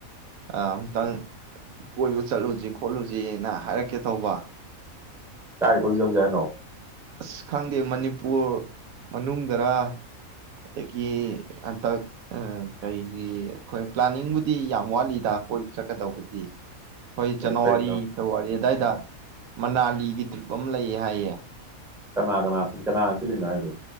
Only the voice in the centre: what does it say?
ꯀꯥꯏ ꯀꯣꯏꯖꯧꯖꯦ ꯍꯥꯏꯅꯣ
ꯀꯩ ꯂꯝ
ꯀꯅꯥ ꯀꯅꯥ ꯀꯅꯥ ꯁꯤꯜꯂꯤꯅꯣ ꯍꯥꯏꯁꯦ